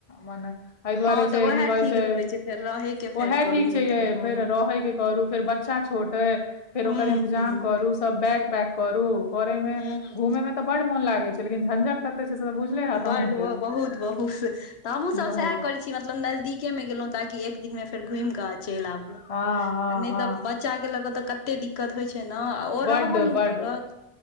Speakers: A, on the left; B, on the left.
A: मने एहि दुआरे
B: हँ तऽ
A: जे
B: उएह
A: की कहै
B: ठीक
A: छै
B: रहै फेर रहयके
A: ओ
B: फेर
A: है
B: करू
A: ठीक छै
B: नहि
A: फेर
B: तऽ हँ
A: रहे के करू फेर बच्चा छोट है फेर
B: हूँ
A: ओकर इन्तजाम
B: हूँ
A: करू सब बैग पैक करू करे मे
B: हूँ
A: घुमे मे तऽ बड मोन लागे छै लेकिन झंझट कते छै बुझले हैत
B: बड़
A: अहूँ
B: बहुत
A: के
B: बहुत तऽ हमहू सब
A: बहुत
B: सएह करे छी मतलब नजदीक मे गेलो ताकि एक दिन मे फेर घुमि कऽ चलि आबू
A: हँ हँ
B: नय तऽ
A: हँ
B: बच च्चा के लऽ कऽ तऽ कते दिक्कत होइ छै ने आ ओ
A: बड्ड
B: रहबो नय
A: बड्ड
B: करत